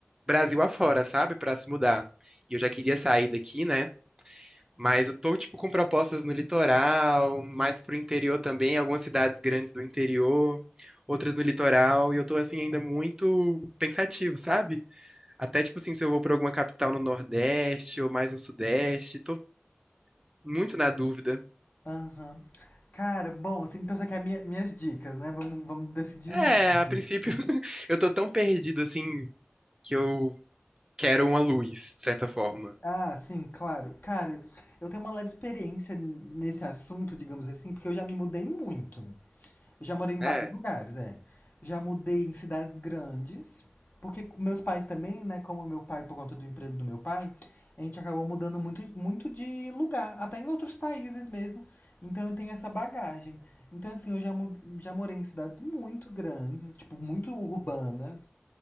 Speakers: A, on the right; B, on the left.
A: Brasil afora, sabe? Pra se mudar. E eu já queria sair daqui, né? Mas eu tô, tipo, com propostas no litoral, mais pro interior também, algumas cidades grandes do interior, outras no litoral, e eu tô, assim, ainda muito pensativo, sabe? Até, tipo assim, se eu vou pra alguma capital no Nordeste ou mais no Sudeste, tô muito na dúvida.
B: Aham. Cara, bom, assim, então você quer minha- minhas dicas, né? Vamos, vamos decidir
A: É,
B: juntos.
A: a princípio, <laughs> eu tô tão perdido, assim, que eu quero uma luz, de certa forma.
B: Ah, sim, claro. Cara, eu tenho uma leve experiência nesse assunto, digamos assim, porque eu já me mudei muito. Eu já morei em
A: É.
B: vários lugares, é. Já mudei em cidades grandes, porque meus pais também, né? Como meu pai, por conta do emprego do meu pai, a gente acabou mudando muito, muito de lugar, até em outros países mesmo. Então eu tenho essa bagagem. Então, assim, eu já, mu- já morei em cidades muito grandes, tipo, muito urbanas.